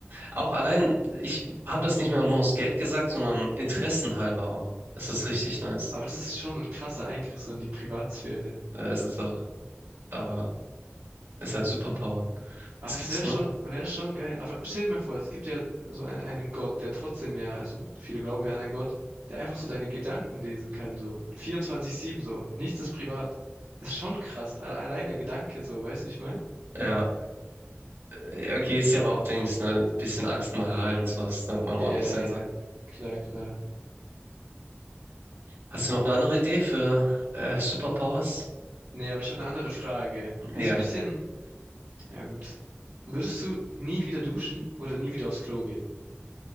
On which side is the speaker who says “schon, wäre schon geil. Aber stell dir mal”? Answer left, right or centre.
Right